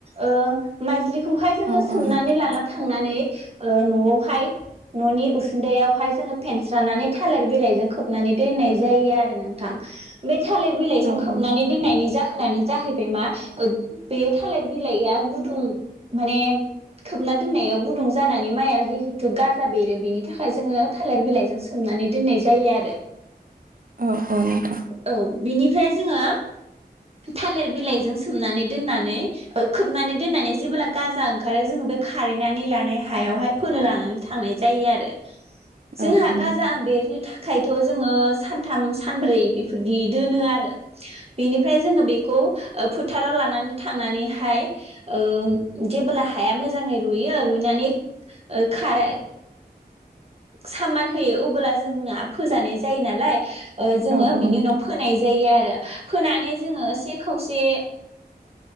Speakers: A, on the right (about 35°); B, on the right (about 60°).
A: ओ माइज्लि खौहाय जोङो
B: औ
A: सोमनानै
B: औ नोंथां
A: लाना थांनानै ओ न'आवहाय न'नि उसुन्दायावहाय जोङो फेनस्रानानै थालिर बिलाइजों खोबनानै दोननाय जायो आरो नोंथां बे थालिर बिलाइजों
B: औ
A: खोबनानै
B: औ नोंथां
A: दोननायनि जाहोनानो जाहैबाय मा ओ बे थालिर बिलाइआ गुदुं माने खोबना दोननायाव गुदुं जानानै माइया जिहे थु गाजा बेरो बेनि थाखाय जोङो थालिर बिलाइजों खोबनानै दोननाय जायो आरो
B: औ औ नोंथां
A: औ बिनिफ्राय जोङो थालिर बिलाइजों सोमनानै दोननानै खोबनानै दोननानै जेबोला गाजा ओंखारो जोङो बे खारायनानै लानाय हायावहाय फोनो लानानै थांनाय जायो आरो जोंहा
B: औ औ नोंथां
A: गाजा बेरनो थाखायथ' जोङो सानथाम सानब्रै बेफोरदि दोनो आरो बेनिफ्राय जोङो बेखौ ओ फोथाराव लानानै थांनानैहाय ओ जेबोला हाया मोजाङै रुइयो रुइनानै ओ खार सामार होयो अबोला जोंना फोजानाय जायो नालाय ओ जोङो
B: औ औ
A: बिनि
B: नोंथां
A: उनाव फोनाय जायो आरो फोनानै जोङो से खावसे